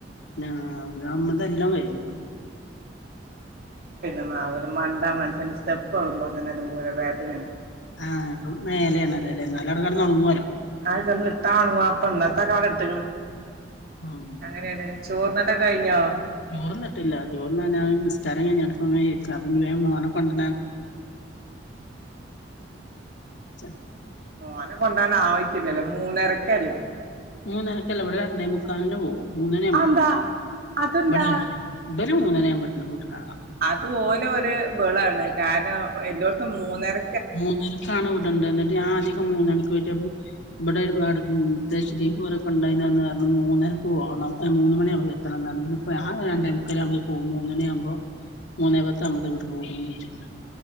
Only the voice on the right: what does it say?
<unintelligible> മാണ്ട മൻഷ്യന് സ്റ്റെപ്പ് കേറ്മ്പൾക്കെന്നെണ്ട് ഊര വേദനണ്.
ആ <unintelligible> പ്പന്നത്തക്കാല ട്ട്ക്ക്ണ്
അങ്ങനേണ് ചോർന്നല് കയിഞ്ഞോ?
മോന കൊണ്ടാനായിറ്റില്ലല്ലൊ മൂന്നരക്കല്ലെ.
അതെന്താ അതെന്താ
അതു ഓലൊര് ബെളാണ്. കാരണം എല്ലോട്തും മൂന്നര